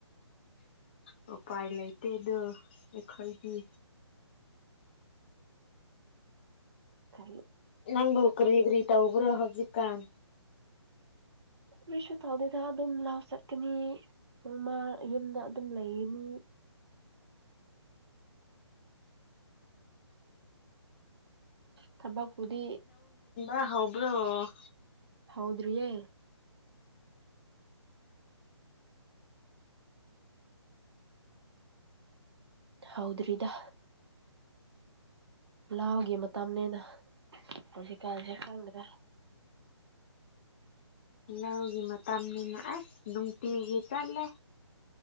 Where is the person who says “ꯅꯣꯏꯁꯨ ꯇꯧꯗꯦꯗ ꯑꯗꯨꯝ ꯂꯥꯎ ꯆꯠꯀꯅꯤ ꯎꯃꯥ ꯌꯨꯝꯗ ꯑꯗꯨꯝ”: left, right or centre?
Right